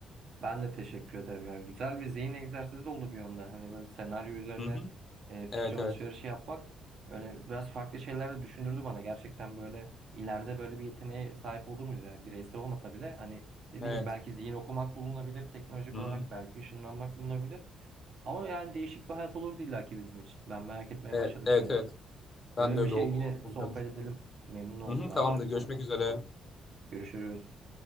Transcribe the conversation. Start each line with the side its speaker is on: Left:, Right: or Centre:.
Right: Ben de teşekkür ederim ya. Güzel bir zihin egzersizi de oldu bir yönden. Hani böyle senaryo üzerine
Left: Hı hı.
Right: e, fikir
Left: Evet
Right: alışverişi
Left: evet.
Right: yapmak böyle biraz farklı şeyler de düşündürdü bana. Gerçekten böyle ileride böyle bir yeteneğe sahip olur muyuz? Yani bireysel olmasa bile hani dediğim
Left: Evet.
Right: gibi belki zihin okumak bulunabilir. Teknolojik
Left: Hı
Right: olarak
Left: hı.
Right: belki ışınlanmak bulunabilir. Ama yani değişik bir hayat olurdu illaki bizim için. Ben merak etmeye
Left: Evet
Right: başladım
Left: evet.
Right: şimdiden.
Left: evet. Ben
Right: Böyle
Left: de öyle
Right: bir şey
Left: ol-
Right: yine
Left: ol- olacağımı
Right: sohbet
Left: düşünüyorum.
Right: edelim. Memnun oldum
Left: Hı hı, tamamdır.
Right: ben böyle bir
Left: Görüşmek
Right: konudan.
Left: üzere.
Right: Görüşürüz.